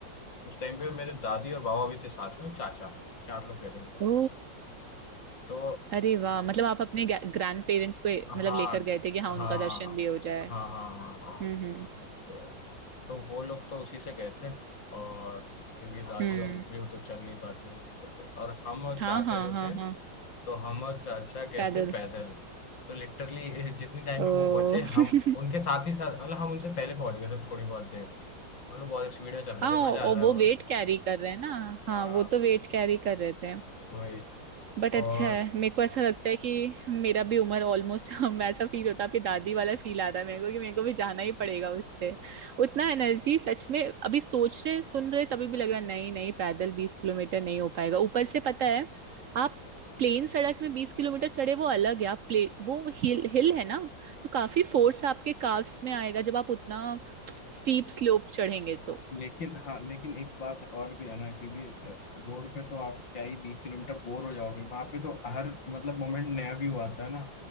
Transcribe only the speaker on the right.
ओ
अरे वाह मतलब आप अपने ग्रैंड पेरेंट्स को
मतलब लेकर गए थे कि
हाँ
उनका दर्शन
भी हो जाए
हम्म
हम्म
हम्म
हाँ
हाँ
हाँ
हाँ
पैदल
ओ
<laughs>
हाँ
और
वो
वेट कैरी कर रहे हैं ना
हाँ वो तो वेट कैरी कर रहे थे
बट अच्छा
है मेरे को ऐसा लगता है कि मेरा भी उम्र ऑलमोस्ट <laughs> हम वैसा फील होता है आपकी दादी वाला फील आ रहा है मेरे को कि मेरे को भी जाना ही पड़ेगा उससे उतना एनर्जी सच में अभी सोच रहे सुन रहे तभी भी लग रहा है, नहीं नहीं पैदल बीस किलोमीटर नहीं हो पाएगा ऊपर से पता है आप प्लेन सड़क में बीस किलोमीटर चढ़े वो अलग है आप प्ले वो हिल हिल है ना सो काफी फोर्स आपके काफ्स में आएगा जब आप उतना स्टीप स्लोप चढ़ेंगे तो